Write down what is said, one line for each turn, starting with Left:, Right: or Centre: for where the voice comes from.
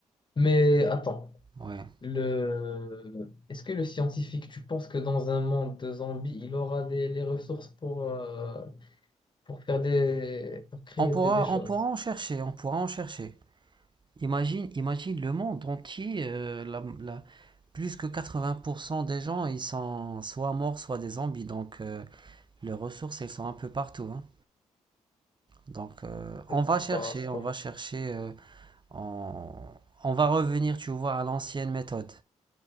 Left: mais attends.
Right: ouais.
Left: Le... Est-ce que le scientifique, tu penses que dans un monde de zombies, il aura des, les ressources pour, euh, pour faire des, pour créer
Right: On pourra,
Left: des, des choses?
Right: on pourra en chercher, on pourra en chercher. Imagine, imagine le monde entier, euh, la- la- plus que 80% des gens, ils sont soit morts, soit des zombies. Donc, euh, les ressources, elles sont un peu partout. hein. Donc, euh, on va
Left: c'est
Right: chercher,
Left: pas, c'est
Right: on
Left: pas
Right: va chercher, euh, on, on va revenir, tu vois, à l'ancienne méthode.